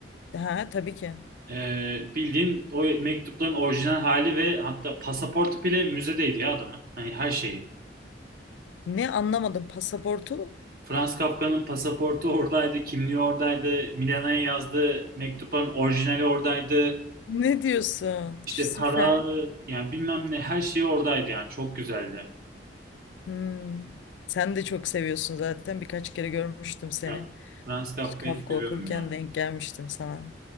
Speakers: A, on the left (about 80°); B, on the right (about 55°).
A: Ha tabii ki.
B: Ee, bildiğin o mektupların orijinal hali ve hatta pasaportu bile müzedeydi ya adamın. Hani her şeyi.
A: Ne anlamadım pasaportu?
B: Franz Kafka'nın pasaportu oradaydı, kimliği oradaydı, Milano'ya yazdığı mektupların orijinali oradaydı.
A: Ne diyorsun?
B: İşte
A: Süper.
B: para yani bilmem ne her şey oradaydı yani çok güzeldi.
A: Hmm. Sen de çok seviyorsun zaten. Birkaç kere görmüştüm seni.
B: Ya, Franz Kafka'yı
A: İşte Kafka
B: seviyorum
A: okurken
B: ya.
A: denk gelmiştim sana.